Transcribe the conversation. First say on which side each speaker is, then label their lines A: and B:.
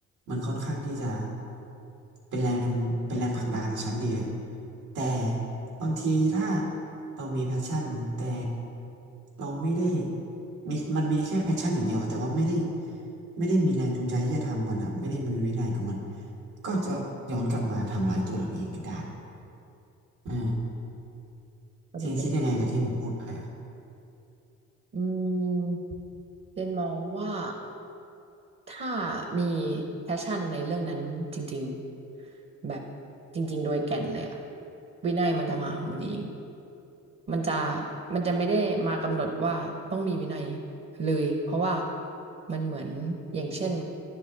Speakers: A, on the right; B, on the right.
A: มันค่อนข้างที่จะเป็นแรงเป็นแรงผลักดันชั้นดีเลยแต่บางทีถ้าเรามีแพชชั่นแต่เราไม่ได้ มีมันมีแค่แพชชั่นอย่างเดียวแต่ว่าไม่ได้ไม่ได้มีแรงจูงใจที่จะทำมันอะไม่ได้มีวินัยกับมันก็จะย้อนกลับมาทำร้ายตัวเราเองก็ได้อ่า
B: ก็จะเป็นแบบ
A: เจนคิดยังไงกับที่ผมพูดไปอะ
B: อืมเจนมองว่า ถ้ามีแพชชั่นในเรื่องนั้นจริงๆแบบจริงๆโดยแก่นเลยอะวินัยมันจะมาของมันเองมันจะมันจะไม่ได้มากำหนดว่าต้องมีวินัยเลยเพราะว่ามันเหมือนอย่างเช่น